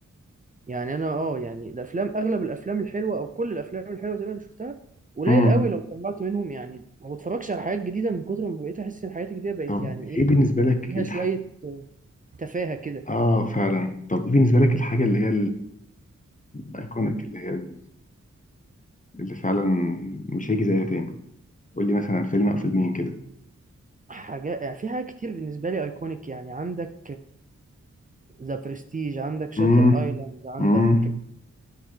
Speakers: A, on the right; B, on the left.
A: يعني انا اه يعني الافلام اغلب الافلام الحلوة او كل الافلام الحلوة زي ما انا شفتها قليل
B: كده
A: قوي لو طلعت منهم يعني ما بتفرجش على حاجات جديدة من كتر ما بقيت احس ان الحاجات الجديدة بقت
B: طب
A: يعني
B: ايه
A: ايه
B: بالنسبة لك
A: فيها
B: الحاجة
A: شوية تفاهة كده
B: اه فعلا طب ايه بالنسبة لك الحاجة اللي هي الايكونيك اللي هي ال- اللي فعلا مش هيجي زيها تاني قول لي مثلا فيلم او فيلمين كده
A: حاجات يعني في حاجات كتير بالنسبة لي ايكونيك يعني عندك ذا برستيج عندك شاتر
B: امم
A: ايلاند عندك
B: امم